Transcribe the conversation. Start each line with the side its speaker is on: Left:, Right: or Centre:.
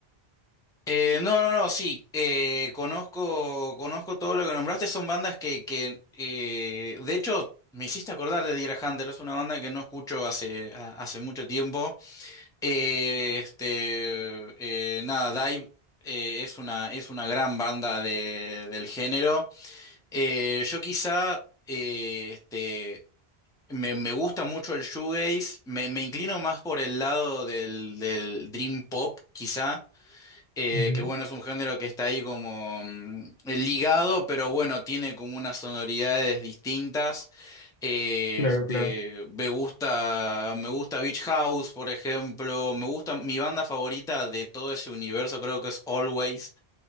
Centre: Eh, no, no, no, sí, eh, conozco, conozco todo lo que nombraste, son bandas que, que eh, de hecho, me hiciste acordar de Deer Hunter, es una banda que no escucho hace, a- hace mucho tiempo. Eh, este, eh, nada, Dive eh, es una, es una gran banda de- del género. Eh, yo quizá eh, este, me, me gusta mucho el shoegaze, me, me inclino más por el lado del, del dream pop, quizá. eh,
Left: Ujú,
Centre: que bueno, es un género que está ahí como mm, ligado, pero bueno, tiene como unas sonoridades distintas. Eh,
Left: Claro,
Centre: Este,
Left: claro.
Centre: me gusta, me gusta Beach House, por ejemplo. Me gusta, mi banda favorita de todo ese universo creo que es Always.